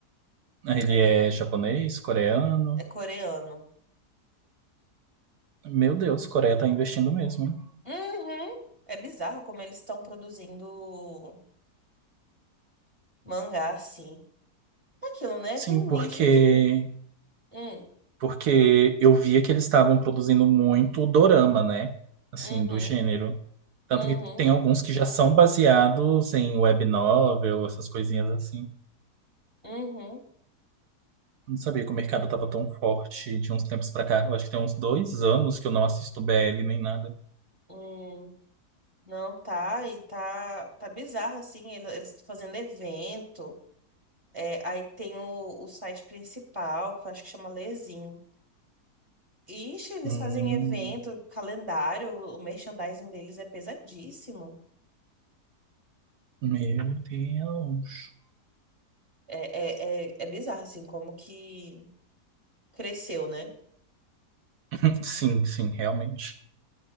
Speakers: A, on the right (about 75°); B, on the right (about 20°).
A: Ele
B: É bem
A: é
B: fofinho.
A: japonês, coreano.
B: É coreano.
A: Meu Deus, Coreia tá investindo mesmo, hein?
B: Uhum. É bizarro como eles estão produzindo mangá assim. É Aquilo, né?
A: Sim,
B: Tem
A: porque
B: nicho de. Hum,
A: porque eu via que eles estavam produzindo muito dorama, né? Assim,
B: uhum,
A: do gênero. Tanto
B: uhum,
A: que tem alguns que já são baseados em web novel, essas coisinhas assim.
B: uhum,
A: Não sabia que o mercado tava tão forte de uns tempos pra cá. Eu acho que tem uns dois anos que eu não assisto BL nem nada.
B: uhum. Não, tá, e tá, tá bizarro, assim, ele- eles fazendo evento, é, aí tem o, o site principal, que eu acho que chama Lezinho. Ixi, eles
A: Hum.
B: fazem evento, calendário, o merchandising deles é pesadíssimo.
A: Meu Deus.
B: É, é, é, é bizarro, assim, como que cresceu, né?
A: <laughs> Sim, sim, realmente.